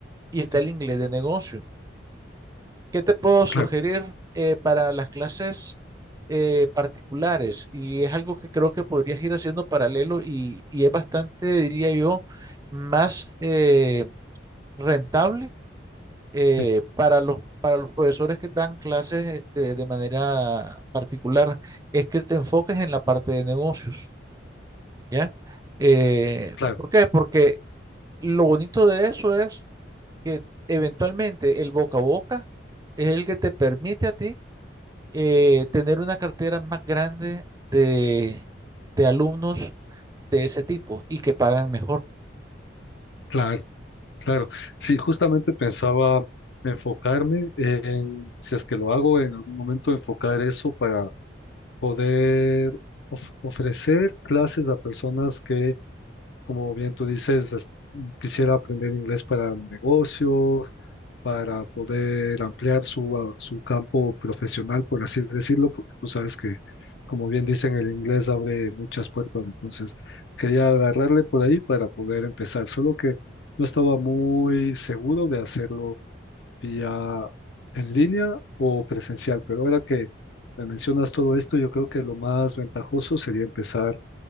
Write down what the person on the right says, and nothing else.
y está
el inglés de negocio. ¿Qué te puedo sugerir
eh, para las clases eh, particulares? Y es algo que creo que podrías ir haciendo paralelo y, y es bastante, diría yo, más eh, rentable eh,
para los, para los profesores que dan clases este, de manera particular, es que te enfoques en la parte de negocios, ¿ya? Eh,
¿por qué? Porque lo bonito de eso es que eventualmente el boca a boca es el que te permite a ti eh, tener una cartera más grande de, de alumnos de ese tipo y que pagan mejor.